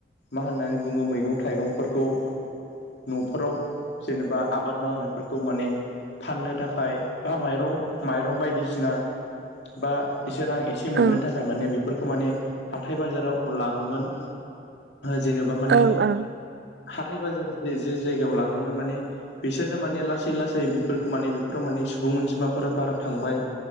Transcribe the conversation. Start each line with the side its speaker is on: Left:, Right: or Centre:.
Left: मा होननानै बुङो मैगं थाइगंफोरखौ न'फोराव जेनेबा आबाद मावनायफोरखौ माने फाननो थाखाय बा माइरं माइरं बायदिसिना बा एसे रां एसे मोननो
Right: ओं
Left: था खाय माने बेफोरखौ माने हाथाय बाजाराव लाङोमोन। जेनेबा माने
Right: ओं ओं
Left: हाथाय बाजार जे जे जायगायाव लाङोमोन माने बिसोरनो माने लासै लासै बेफोर माने बेफोराव माने सुबुं अनजिमाफोरा बारा थांबाय